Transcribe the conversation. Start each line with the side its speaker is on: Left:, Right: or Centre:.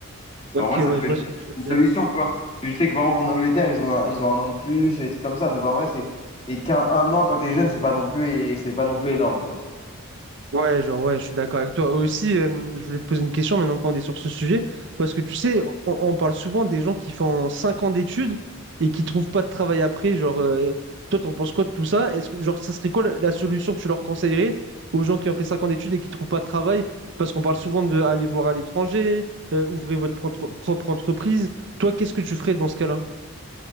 Right: Ok,
Left: Alors, En vrai,
Right: ouais,
Left: ça peut
Right: je vois
Left: être
Right: ce que tu veux
Left: une solution,
Right: dire.
Left: tu vois. Parce que je sais que, par exemple, en Angleterre, ils ont un, ils ont un an de plus, et des trucs comme ça. Donc, en vrai, c'est... Et qu'un un an, quand t'es jeune, c'est pas non plus, et c'est pas non plus énorme, tu vois.
Right: Ouais, genre, ouais, je suis d'accord avec toi. Aussi, euh, je voulais te poser une question maintenant qu'on est sur ce sujet, parce que tu sais, on, on parle souvent des gens qui font 5 ans d'études et qui trouvent pas de travail après. Genre, euh, toi, t'en penses quoi de tout ça? Est-ce que, genre, ça serait quoi la la solution que tu leur conseillerais aux gens qui ont fait 5 ans d'études et qui trouvent pas de travail? Parce qu'on parle souvent de aller voir à l'étranger, euh, ouvrez votre propre propre entreprise. Toi, qu'est-ce que tu ferais dans ce cas-là?